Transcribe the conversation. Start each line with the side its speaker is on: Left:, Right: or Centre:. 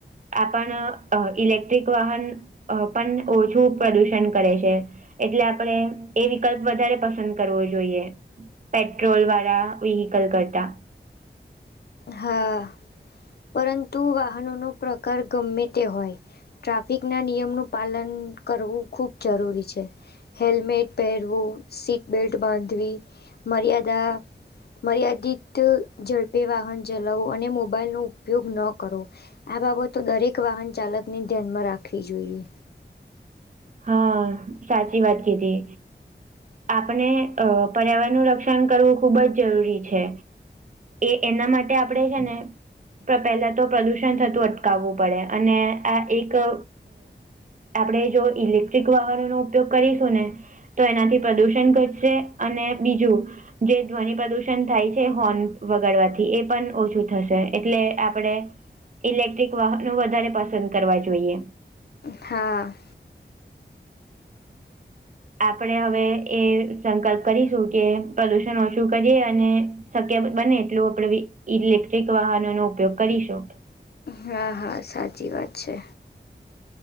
Right: આ પણ ઇલેક્ટ્રિક વાહન અ પણ ઓછું પ્રદુષણ કરે છે એટલે આપણેે એ વિકલ્પ વધારે પસંદ કરવો જોઈએ પેટ્રોલ વાળા વ્હીકલ કરતા
Left: હા પરંતુ વાહનો નો પ્રકાર ગમે તે હોય ટ્રાફિક ના નિયમનું પાલન કરવું ખૂબ જરૂરી છે હેલ્મેટ પહેરવું, સીટબલ્ટ બાંધવી, મર્યાદા મર્યાદિત ઝડપે વાહન ચલાવો અને મોબાઈલનું ઉપયોગ ન કરો આ બાબતો દરેક વાહન ચાલકને ધ્યાનમાં રાખવી જોઈએ
Right: હા, સાચી વાત કીધી આપણે અ પર્યાવરણનું રક્ષણ કરવું ખૂબ જ જરૂરી છે એ એના માટે આપડે છે ને પહેલા તો પ્રદુષણ થતું અટકાવવું પડે અને આ એક અ આપણેે જો ઇલેક્ટ્રિક વાહનો નો ઉપયોગ કરીશું ને તો એનાથી પ્રદુષણ ઘટશે અને બીજું જે ધ્વનિ પ્રદૂષણ થાય છે હોર્ન વગાડવાથી એ પણ ઓછું થશે એટલે આપણેે ઇલેક્ટ્રિક વાહનો વધારે પસંદ કરવા જોઈએ
Left: હા
Right: આપણેે હવે એ સંકલ્પ કરીશું કે પ્રદુષણ ઓછું કરીએ અને શક્ય બને એટલું આપડે ઇલેક્ટ્રિક વાહનો નો ઉપયોગ કરીશું
Left: હા, હા, સાચી વાત છે